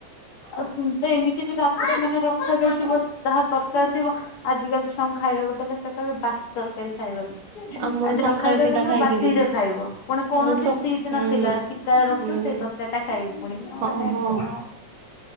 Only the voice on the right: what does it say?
ଆମର
ସକାଳେ
ସେଇଟା
ଖାଇକି
ଯିବୁ
ମୁଁ ସ
ହୁଁ
ହୁଁ
ହଁ ହଁ